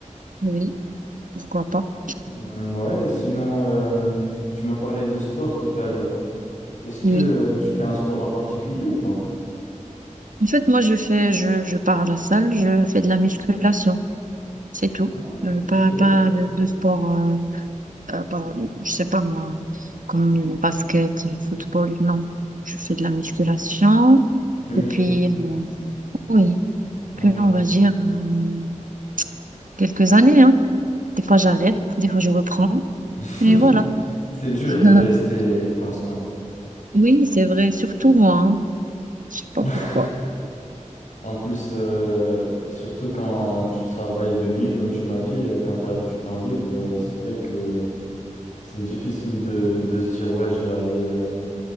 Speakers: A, on the right; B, on the left.
A: Oui, pourquoi pas.
B: Hmm, Ouais, sinon, euh, tu m'as parlé de sport tout à l'heure. Est-ce que
A: Oui.
B: euh, tu fais un sport en particulier ou pas?
A: En fait, moi, je fais, je, je pars à la salle, je fais de la musculation, c'est tout.
B: Ah,
A: Euh,
B: musculation.
A: pas pas de, de sport, euh, euh, par- je sais pas moi, comme le basket, euh, football, non. Je fais de la musculation
B: Que muscu.
A: depuis, euh, oui,
B: Ok.
A: depuis, on va dire, euh, quelques années, hein. Des fois, j'arrête, des fois, je reprends.
B: <laughs>
A: Et voilà.
B: C'est dur
A: <laughs>
B: de rester constant.
A: Oui, c'est vrai, surtout moi. hein. Je sais pas
B: <laughs>
A: pourquoi.
B: En plus, euh, surtout quand tu travailles de nuit, comme tu m'as dit, euh, quand tu as du temps libre, euh, c'est vrai que c'est difficile de, de se dire, ouais, je vais aller euh,